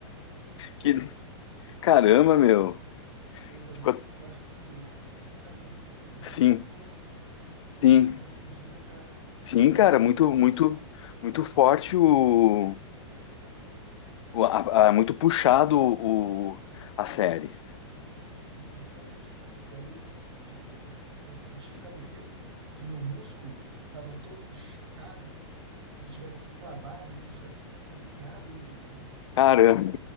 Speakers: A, on the left; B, on the right.
A: Que... Caramba, meu.
B: Pesadelo,
A: Ficou-
B: porque eu acho que, sabe, desgastou
A: Sim,
B: assim.
A: sim.
B: E no outro dia, cara,
A: Sim, cara,
B: no outro
A: muito,
B: dia parecia.
A: muito, muito forte o. o- a- a- muito puxado o, a série.
B: Sim, justamente, cara. E daí eu, justamente, eu senti, sabe o quê? Que meu músculo tava todo inchado, como se tivesse inflamado e como se tivesse cozinhado ele por dentro, cara. De
A: Caramba.
B: tanta.